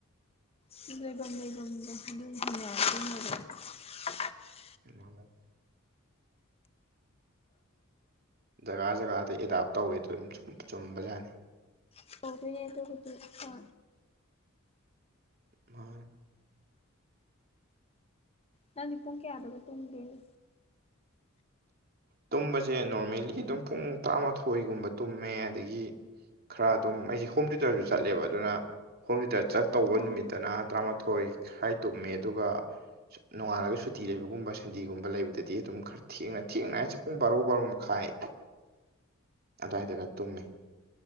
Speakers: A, on the left (about 30°); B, on the right (about 45°).
A: ꯁꯤꯒ꯭ꯂꯥꯏꯕꯥꯟꯥꯏꯕꯖ ꯍ ꯍ ꯑꯗꯨ
B: ꯎ ꯖꯒꯥ ꯖꯒꯥꯗ ꯑꯦꯗꯥꯞ ꯇꯧꯋꯗ ꯑꯗꯨꯝ ꯆꯨꯝꯕ ꯌꯥꯅꯤ
A: ꯇꯕꯅꯦ ꯑꯗꯨ ꯍꯧꯗꯤ ꯍ
B: ꯃꯥ
A: ꯅꯪꯗꯤ ꯄꯨꯡ ꯀꯌꯥꯗꯕ ꯇꯣꯡꯒꯦꯅꯤ
B: ꯇꯨꯝꯕꯁꯦ ꯅꯣꯔꯃꯦꯜꯂꯤ ꯑꯗꯨꯝ ꯄꯨꯡ ꯇꯔꯥꯃꯥꯊꯣꯏꯒꯨꯝꯕ ꯇꯨꯝꯃꯦ ꯑꯗꯒꯤ ꯈꯔ ꯑꯗꯨꯝ ꯑꯩꯁꯦ ꯍꯣꯝ ꯊꯤꯌꯨꯇꯔꯁꯨ ꯆꯠꯂꯦꯕ ꯑꯗꯨꯅ ꯍꯣꯝ ꯊꯤꯦꯇꯔ ꯆꯠꯇꯧꯕ
A: ꯑꯥ
B: ꯅꯨꯃꯤꯠꯇꯅ ꯇꯔꯥꯃꯥꯊꯣꯏ ꯊꯣꯏꯈꯥꯏ ꯇꯨꯝꯃꯦ ꯑꯗꯨꯒ ꯅꯣꯡꯉꯥꯜꯂꯒ ꯁꯨꯇꯤ ꯂꯩꯕꯒꯨꯝꯕ ꯁꯟꯗꯤꯦꯒꯨꯝꯕ ꯂꯩꯕꯗꯗꯤ ꯑꯗꯨꯝ ꯈꯔ ꯊꯦꯡꯅ ꯊꯦꯡꯅꯉꯥꯏ ꯆꯠꯄ ꯄꯨꯡ ꯕꯥꯔꯣ ꯕꯥꯔꯣ ꯃꯈꯥꯏ ꯑꯗꯨꯋꯥꯏꯗꯒ ꯇꯨꯝꯃꯤ